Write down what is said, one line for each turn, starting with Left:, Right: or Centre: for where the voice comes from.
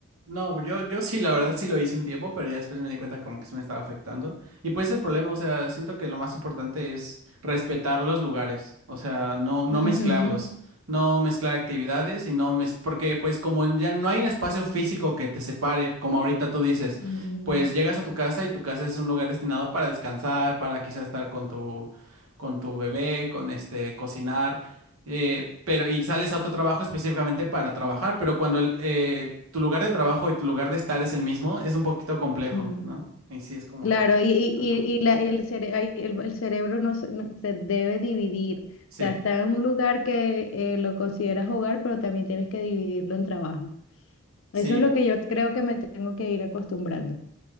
Right: No, pues, yo, yo sí, la verdad sí lo hice un tiempo, pero ya después me di cuenta como que se me estaba afectando. Y pues el problema, o sea, siento que lo más importante es respetar los lugares, o sea, no, no
Left: Ujú,
Right: mezclarlos, no mezclar actividades y no mez... porque pues como ya no hay un espacio físico que te separe, como ahorita tú dices,
Left: mm,
Right: pues llegas a tu casa y tu casa es un lugar destinado para descansar, para quizás estar con tu, con tu bebé, con este, cocinar. eh, pero y sales a otro trabajo específicamente para trabajar, pero cuando el, eh, tu lugar de trabajo y tu lugar de estar es el mismo, es un poquito complejo,
Left: mm.
Right: ¿no? Y sí, es como
Left: Claro,
Right: que,
Left: y, y-
Right: ajá,
Left: y- y la- el, cere- ay, el- el cerebro no se, no- se debe dividir.
Right: sí,
Left: O sea, está en un lugar que eh, lo consideras hogar, pero también tienes que dividirlo en trabajo.
Right: sí.
Left: Eso es lo que yo creo que me tengo que ir acostumbrando.